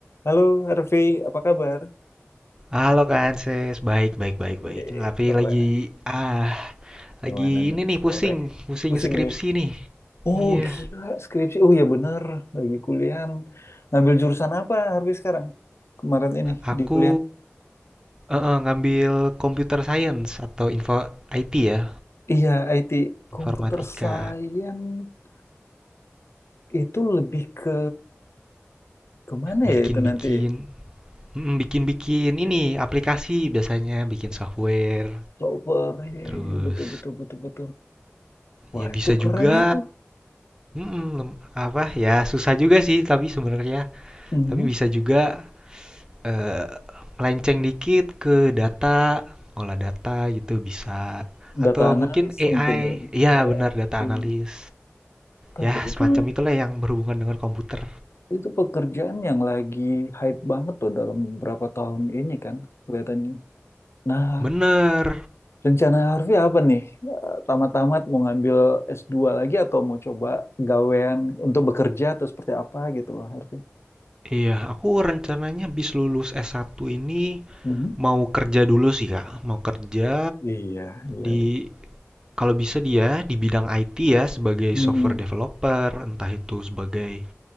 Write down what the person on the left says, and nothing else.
Halo Harvey, apa kabar?
Eh,
keren.
Gimana nih
sore?
Pusing
ya?
Oh
gila, skripsi. Oh ya bener, lagi kuliahan. Ngambil jurusan apa Harvey sekarang? Kemarin ini
di kuliah.
Iya, IT.
Computer Science itu lebih ke kemana
ya itu nanti ya?
Software, ya,
ya, betul, betul, betul, betul. Wah
itu keren
itu.
Mhm.
Data
analis
mungkin ya.
AI.
Tapi
itu
Itu pekerjaan yang lagi hype banget tuh dalam beberapa tahun ini kan kelihatannya. Nah,
rencana Harvey apa nih? Eh, Tamat-tamat mau ngambil s dua lagi atau mau coba gawean untuk bekerja atau seperti apa gitu loh Harvey.
Mhm.
Iya, iya.
Mm-mm.